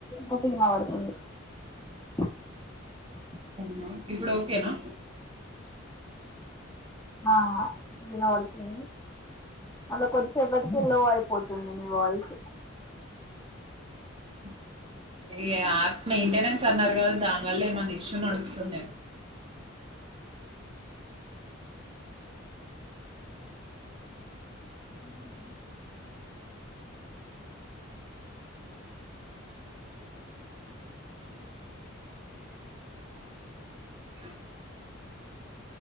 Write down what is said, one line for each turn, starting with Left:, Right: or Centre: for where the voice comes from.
Left: గట్టిగినవడుతుంది <unintelligible>
Right: అవునా ఇప్పుడు ఓకేనా
Left: ఆ వినవడుతుంది మళ్ళ కొద్దిసేపటికే లో అయిపోతుంది నీ వాయిసు
Right: <inaudible> ఏ ఆప్ మెయింటెనెన్స్ అన్నారు గదా దానివలేమన్న ఇష్యూ నడుస్తుందేమో
Left: ఉ
Right: <inaudible>